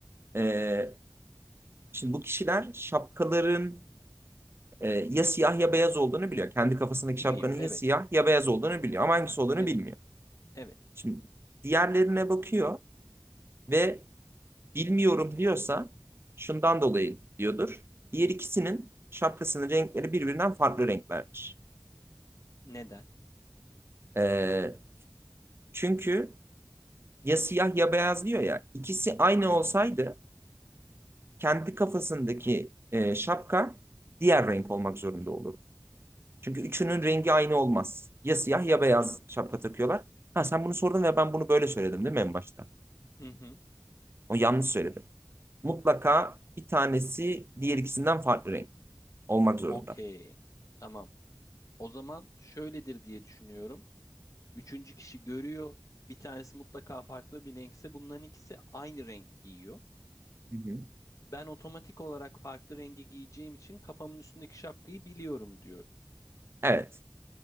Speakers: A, on the right; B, on the left.
A: e, şimdi bu kişiler şapkaların e, ya siyah ya beyaz olduğunu biliyor. Kendi kafasındaki
B: Biliyor.
A: şapkanın
B: Evet,
A: ya siyah ya beyaz olduğunu biliyor ama hangisi olduğunu
B: evet,
A: bilmiyor.
B: evet.
A: Şimdi diğerlerine bakıyor ve bilmiyorum diyorsa şundan dolayı diyordur. Diğer ikisinin şapkasının renkleri birbirinden farklı renklerdir.
B: Neden?
A: Ee, çünkü ya siyah ya beyaz diyor ya. İkisi aynı
B: Hı hı,
A: olsaydı kendi kafasındaki e, şapka diğer renk olmak zorunda olur. Çünkü üçünün rengi aynı olmaz. Ya siyah ya beyaz şapka takıyorlar. Ha sen bunu sordun ve ben bunu böyle söyledim değil mi en başta?
B: hı hı.
A: O yanlış söyledim. Mutlaka bir tanesi diğer ikisinden farklı renk olmak zorunda.
B: Okey. Tamam. O zaman şöyledir diye düşünüyorum. Üçüncü kişi görüyor. Bir tanesi mutlaka farklı bir renkse bunların ikisi aynı renk giyiyor.
A: Hı hı.
B: Ben otomatik olarak farklı rengi giyeceğim için kafamın üstündeki şapkayı biliyorum diyorum.
A: Evet.